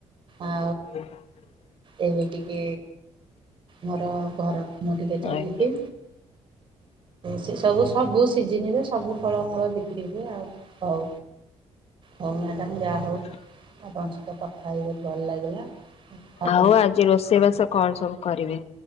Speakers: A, on the right (about 45°); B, on the left (about 60°).
A: ଆ
B: <inaudible>
A: ଏବେ ଟିକେ ମୋର ଘର ମୁଁ ଟିକେ ଚାଲିଛି।
B: ଆଜ୍ଞା
A: ସେ ସବୁ ସବୁ ସିଜିନିରେ ସବୁ ଫଳମୂଳ ବିକ୍ରି ହୁଏ ଆଉ ହଉ ହଉ ମ୍ୟାଡାମ୍ ଯା
B: <inaudible>
A: ଆପଣଙ୍କ ସହିତ କଥା ହେଇ ବହୁତ ଭଲ ଲାଗିଲା। ଆପଣ
B: ଆଉ ଆଜି ରୋଷେଇବାସ କଣ ସବୁ କରିବେ?